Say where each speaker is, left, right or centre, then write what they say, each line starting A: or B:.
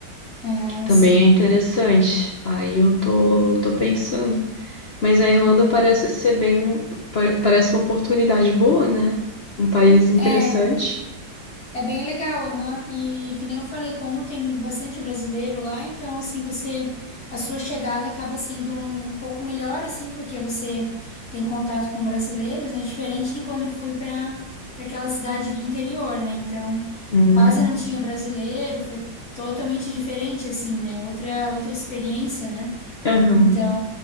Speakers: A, on the left; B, on the left.
A: Ah,
B: que também
A: sim.
B: é interessante. Aí eu tô, tô pensando. Mas a Irlanda
A: Aham.
B: parece ser bem, pa- parece uma oportunidade boa, né? Um país interessante.
A: É, é bem legal, aham. E que nem eu falei, como tem bastante brasileiro lá, então assim, você a sua chegada acaba sendo um pouco melhor assim, porque você tem contato com brasileiros, né? Diferente de quando eu fui para para aquela cidade do interior, né? Então,
B: Hum,
A: quase não tinha brasileiro, foi totalmente diferente assim, né? Outra outra experiência, né?
B: aham.
A: Então,